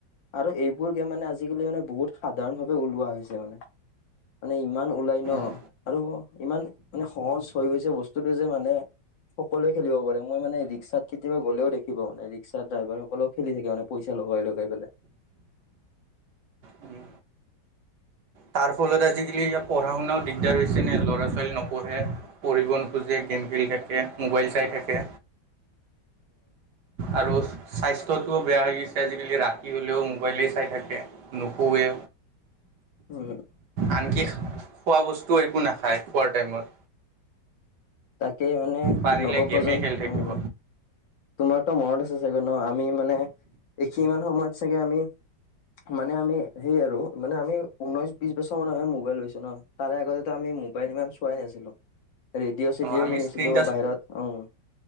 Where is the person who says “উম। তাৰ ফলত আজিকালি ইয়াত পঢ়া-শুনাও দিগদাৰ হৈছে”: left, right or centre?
Right